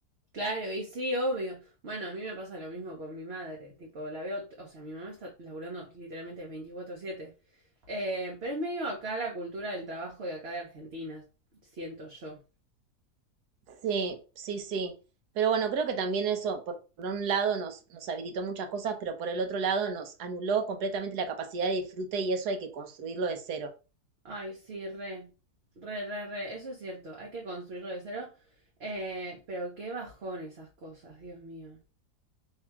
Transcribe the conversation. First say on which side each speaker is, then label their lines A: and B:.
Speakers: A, on the right (about 50°); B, on the right (about 75°).
A: Claro, y sí, obvio. Bueno, a mí me pasa lo mismo con mi madre, tipo, la veo, o sea, mi mamá está laburando literalmente veinticuatro siete Eh, pero es medio acá la cultura del trabajo de acá de Argentina, siento yo.
B: Sí, sí, sí. Pero bueno, creo que también eso, por, por un lado, nos, nos habilitó muchas cosas, pero por el otro lado nos anuló completamente la capacidad de disfrute y eso hay que construirlo de cero.
A: Ay, sí, re, re, re, re, eso es cierto, hay que construirlo de cero, eh, pero qué bajón esas cosas, Dios mío,